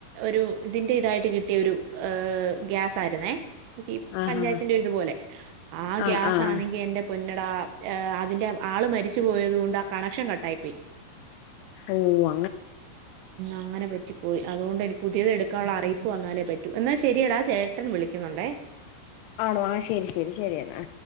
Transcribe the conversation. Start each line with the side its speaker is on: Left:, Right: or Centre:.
Right: ഒരു ഇതിന്റെ ഇതായിട്ട് കിട്ടിയ ഒരു ഗ്യാസ് ആരുന്നേ കീം
Left: ആഹാ
Right: പഞ്ചായത്തിന്റെ ഒര് ഇതുപോലെ ആ
Left: ആഹ്
Right: ഗ്യാസ്
Left: ആഹ് ആഹ്
Right: ആണെങ്കി എന്റെ പൊന്നോ ണ്ടാണ് അതിന്റെ ആള് മരിച്ചു പോയത് കൊണ്ട് ആ കണക്ഷൻ കട്ടായിപ്പോയി
Left: ഉവ്വ
Right: അങ്ങനെ പറ്റിപ്പോയി അതുകൊണ്ട് ഇനി പുതിയത് എടുക്കാനുള്ള അറിയിപ്പ് വന്നാലേ പറ്റ് എന്നാ ശെരിയടാ ചേട്ടൻ വിളിക്കുന്നുണ്ടേ.
Left: ആണോ ആ ശെരി ശെരി ശരിയെന്നാ